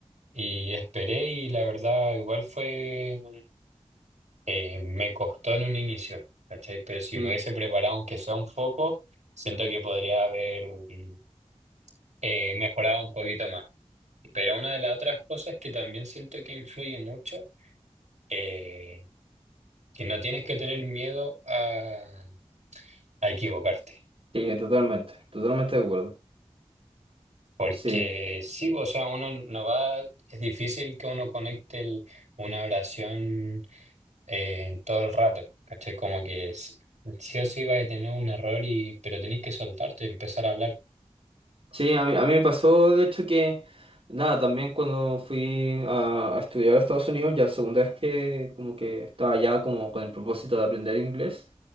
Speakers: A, on the right; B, on the right.
A: Y esperé y la verdad igual fue eh, me costó en un inicio, ¿cachai? Pero si
B: mm,
A: me hubiese preparado, aunque sea un poco, siento que podría haber mm, eh, mejorado un poquito más. Pero una de las otras cosas que también siento que influye mucho, eh, que no tienes que tener miedo a, a equivocarte.
B: sí, totalmente, totalmente de acuerdo.
A: Porque
B: Sí.
A: sí, pues, o sea, uno no va, es difícil que uno conecte el- una oración eh, todo el rato, ¿cachai? Como que es, sí o sí va a tener un error y pero tenéis que soltarte y empezar a hablar.
B: Sí, a mí, a mí me pasó, de hecho, que nada, también cuando fui a, a estudiar a Estados Unidos, ya la segunda vez que como que estaba ya como con el propósito de aprender inglés,